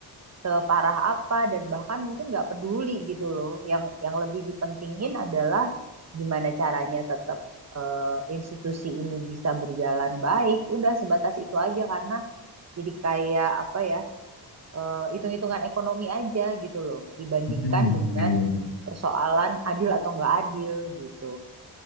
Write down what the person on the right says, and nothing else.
separah apa dan bahkan mungkin nggak peduli gitu loh. Yang yang lebih dipentingin adalah gimana caranya tetap eh, institusi ini bisa berjalan baik. Udah sebatas itu aja karena jadi kayak apa ya eh, hitung-hitungan ekonomi aja gitu loh dibandingkan
dengan
persoalan adil atau nggak adil gitu.